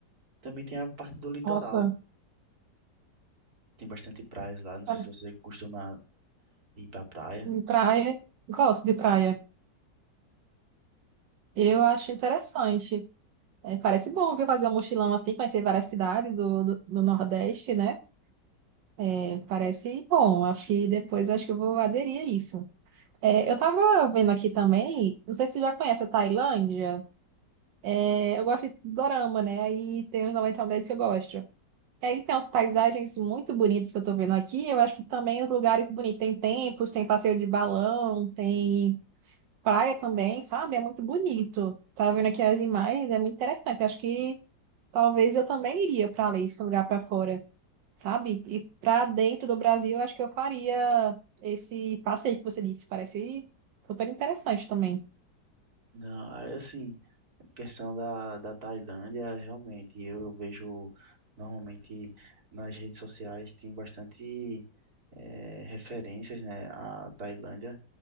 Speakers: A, on the right (about 55°); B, on the right (about 85°).
A: Também tem a parte do litoral.
B: Nossa,
A: tem bastante praias lá. Não
B: pra-
A: sei se você costuma ir pra praia.
B: praia, gosto de praia. Eu acho interessante. É, parece bom, viu? Fazer um mochilão assim, conhecer várias cidades do, do, do Nordeste, né? É, parece bom. Acho que depois acho que eu vou aderir a isso. É, eu tava vendo aqui também, não sei se você já conhece a Tailândia. É, Eu gosto de dorama, né? Aí tem os 90 deles que eu gosto. E aí tem as paisagens muito bonitas que eu tô vendo aqui. Eu acho que também os lugares bonitos. Tem templos, tem passeio de balão, tem praia também, sabe? É muito bonito. Tava vendo aqui as imagens, é muito interessante. Acho que talvez eu também iria pra ali, esse lugar pra fora, sabe? E pra dentro do Brasil, eu acho que eu faria esse passeio que você disse. Parece super interessante também.
A: Não, aí, assim, questão da, da Tailândia, realmente, eu vejo normalmente nas redes sociais tem bastante eh, referências, né, à Tailândia